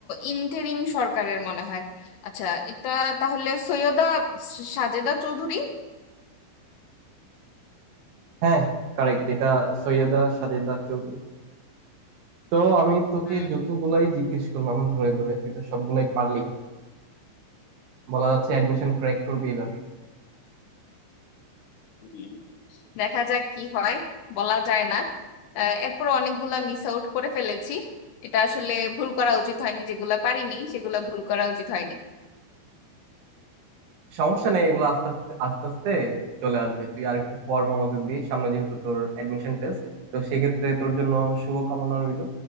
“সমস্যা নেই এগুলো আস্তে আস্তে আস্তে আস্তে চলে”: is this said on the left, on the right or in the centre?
Right